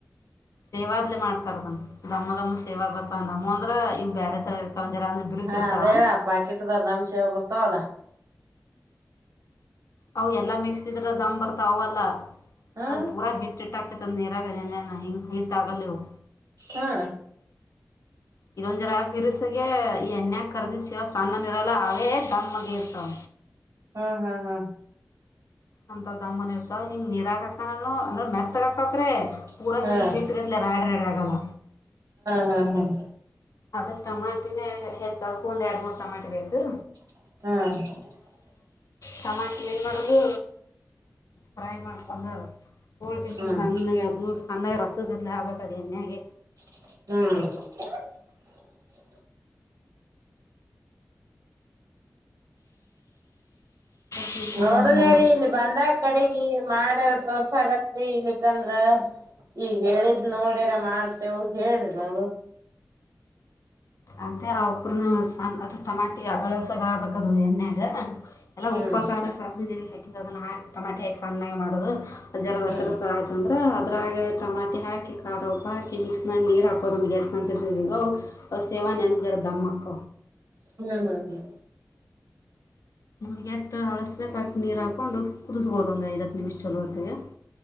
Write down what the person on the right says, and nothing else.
ಹಾ ಅದ ಹ ಪ್ಯಾಕೆಟ್ ದಮಸೇವಾ ಬರ್ತಾವಲ್ಲ
ಹ್ಮ್
ಹಾ
ಹ್ಮ್ ಹ್ಮ್ ಹಾ
ಹ್ಮ್
ಹ್ಮ್ ಹ್ಮ್
ಹ್ಮ
ಹ್ಮ್
ಹ್ಮ್
ನೋಡನ್
ಹೇಳಿ ಇಲ್ಲಿ ಬಂದಗ್ ಕಡೆಗಿ ಮಾಡ್ಯಾರ ತೋರ್ಸಕತ್ತಿ ಇಲಿಕ್ಕಂದ್ರ ಈಗ ಹೇಳಿದ್ ನೋಡ್ಯಾರ ಮಾಡ್ತೇವು ಹೇಳ್ರಿ ನೋಡುಮ್
ಹ್ಮ್
ಹ್ಮ್
ಹ್ಮ್ ಹ್ಮ್ ಹ್ಮ್